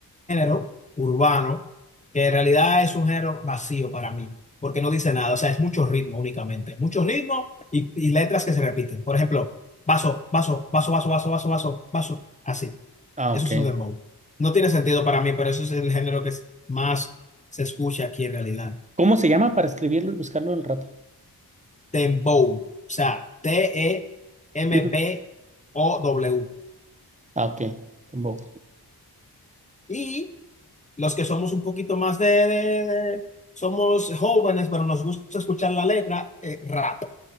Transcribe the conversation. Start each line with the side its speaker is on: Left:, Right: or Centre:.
Left: género urbano que en realidad es un género vacío para mí, porque no dice nada, o sea, es mucho ritmo únicamente, mucho ritmo y, y letras que se repiten. Por ejemplo, vaso, vaso, vaso, vaso, vaso, vaso, vaso, vaso, así.
Right: Ah,
Left: Eso
Right: ok.
Left: es un dembow. No tiene sentido para mí, pero eso es el género que es- más se escucha aquí en realidad.
Right: ¿Cómo se llama para escribirlo y buscarlo al rato?
Left: Dembow, o sea, T-E-M-B-O-W.
Right: Ujú. Ah, ok. Tampoco.
Left: Y los que somos un poquito más de, de- de- somos jóvenes, pero nos gusta escuchar la letra, eh, rap.